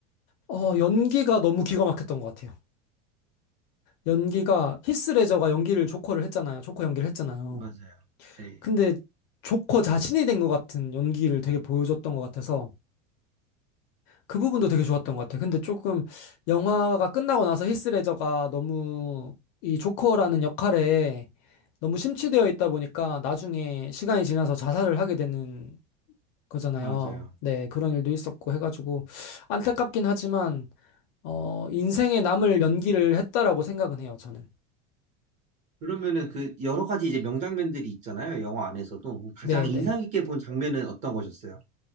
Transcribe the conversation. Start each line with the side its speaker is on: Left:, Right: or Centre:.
Left: 어, 연기가 너무 기가 막혔던 것 같아요. 연기가, 히스레저가 연기를 조커를 했잖아요. 조커 연기를 했잖아요.
Right: 맞아요. 네,
Left: 근데 조커 자신이 된 것 같은 연기를 되게 보여줬던 것 같아서 그 부분도 되게 좋았던 것 같아. 근데 조금 영화가 끝나고 나서 히스 레저가 너무 이 조커라는 역할에 너무 심취되어 있다 보니까 나중에 시간이 지나서 자살을 하게 되는 거잖아요.
Right: 맞아요.
Left: 네, 그런 일도 있었고 해가지고 안타깝긴 하지만 어, 인생에 남을 연기를 했다라고 생각은 해요, 저는.
Right: 그러면은 그 여러 가지 이제 명장면들이 있잖아요. 영화 안에서도. 가장
Left: 네,
Right: 인상
Left: 네.
Right: 깊게 본 장면은 어떤 거셨어요?